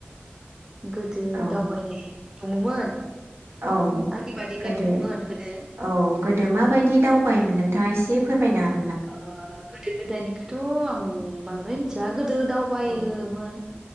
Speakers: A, on the right (about 15°); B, on the right (about 90°).
A: गोदो
B: औ
A: दावबायनाय दङमोन
B: औ
A: आंनि बादिब्ला
B: गोदो
A: दङमोन गोदो
B: औ गोदो माबायदि दावबाय मोनों दा एसे फोरमायनाागोन <inaudible>
A: ओ गोदो गोदायनिखौथ' आं बांद्राय मिथि <inaudible> जा गोदो <unintelligible> दावबायोमोन
B: औ